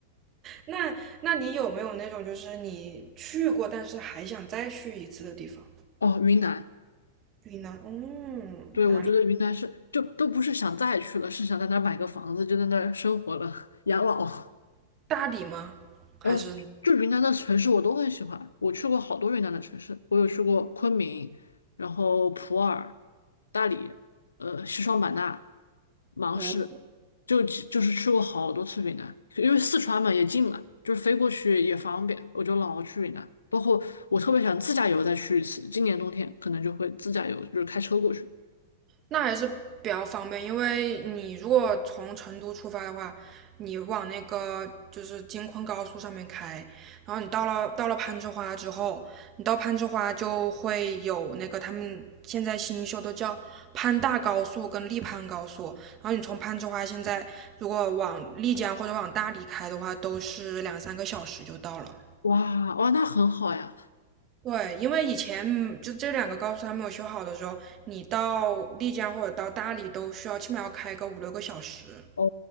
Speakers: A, on the right (about 35°); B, on the left (about 80°).
A: 那那你有没有那种就是你去过，但是还想再去一次的地方？
B: <laughs> 哦，云南，
A: 云南，嗯，
B: 对，
A: 哪里？
B: 我觉得云南是就都不是想再去了，是想在那儿买个房子，就在那儿生活了，养老。
A: 大理吗？还是？
B: 呃，就云南的城市我都很喜欢，我去过好多云南的城市，我有去过昆明，然后普洱、大理，呃，西双版纳、芒市，
A: 哦，
B: 就就是去过好多次云南，因为四川嘛也近嘛，就是飞过去也方便，我就老去云南。包括我特别想自驾游再去一次，今年冬天可能就会自驾游，就是开车过去。
A: 那还是比较方便，因为你如果从成都出发的话，你往那个就是京昆高速上面开，然后你到了到了攀枝花之后，你到攀枝花就会有那个他们现在新修的叫攀大高速跟丽攀高速，然后你从攀枝花现在如果往丽江或者往大理开的话，都是两三个小时就到了。
B: 哇哇，那很好呀！
A: 对，因为以前就这两个高速还没有修好的时候，你到丽江或者到大理都需要起码要开个五六个小时，
B: 哦